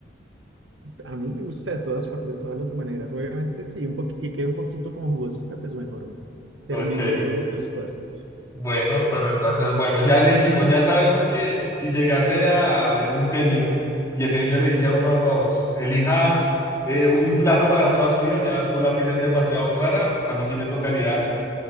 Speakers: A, on the right (about 75°); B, on the left (about 15°).
A: A mí me gusta de todas, for- de todas las maneras. Obviamente, si un poquito, que quede un poquito como jugosita, pues mejor. un Término
B: Ok.
A: medio, tres cuartos.
B: Bueno, pero entonces, bueno, ya elegimos, ya sabemos que si llegase a haber un genio y el genio le dice a uno, no, elija eh, un plato para toda su vida, ya tú la tienes demasiado clara, a mí sí me tocaría